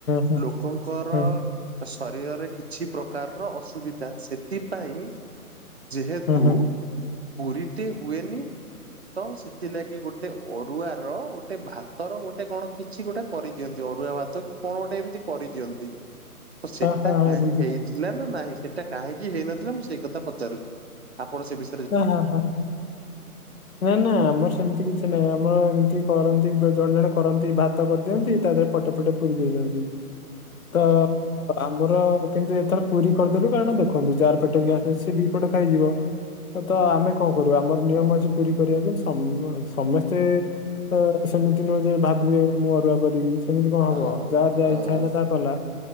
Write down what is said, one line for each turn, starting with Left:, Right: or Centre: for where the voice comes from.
Left: ହୁଁ
Right: ଲୋକଙ୍କର।
Left: ହୁଁ
Right: ଶରୀରରେ କିଛି ପ୍ରକାରର ଅସୁବିଧା ସେଥିପାଇଁ। ଯେହେତୁ
Left: ହୁଁ ହୁଁ ହୁଁ ହୁଁ
Right: ପୁରୀଟି ହୁଏନି ତ ସେଥିଲାଗି ଗୋଟେ। ଅରୁଆ ର ଗୋଟେ ଭାତର ଗୋଟେ କଣ କି କିଛି ଗୋଟେ କରିଦିଅନ୍ତି, ଅରୁଆ ଭାତ କି କଣ ଗୋଟେ ଏମିତି କରିଦିଅନ୍ତି। ତ ସେଟା
Left: ହଁ ହଁ ହଁ
Right: କାଁ
Left: ବୁଝିଲି
Right: ହେଇଛ୍ ଥିଲା ନା ନାଇଁ ସେଇଟା କାହିଁକି ହେଇନଥିଲା, ମୁଁ ସେଇ କଥା ପଚାରୁଛି ଆପଣ ସେ ବି
Left: ଓ ହୋ ହଁ।
Right: <inaudible>
Left: ନାଁ ନାଁ ଆମର ସେମିତି କିଛି ନାହିଁ, ଆମର ଏମିତି କରନ୍ତି ଜଣେ ଜଣେ କରନ୍ତି ଭାତ କରିଦିଅନ୍ତି ତା ଦେହରେ ପଟେ ପଟେ ପୁରୀ ଦେଇ ଦିଅନ୍ତି ତ। ଆମର କିନ୍ତୁ ଏଥର ପୁରୀ କରିଦେଲୁ କାରଣ ଦେଖନ୍ତୁ ଯାହାର ପେଟ ଗ୍ୟାସ୍ ହେଇଚି ସେ ଦି ପଟ ଖାଇଯିବ। ତ ଆମେ କଣ କରୁ ଆମର ନିୟମ
Right: ହଁ
Left: ଅଛି ପୁରୀ କରିବାକୁ। ସମ ସମସ୍ତେ ତ ସେମିତି ନୁହଁ ଯେ ଭାବିବେ ମୁଁ ଅରୁଆ କରିବି। ସେମିତି କଣ ହବ
Right: ହଁ
Left: ଯାହାର ଯାହା
Right: ହଁ
Left: ଇଚ୍ଛା ହେଲା ତା କଲା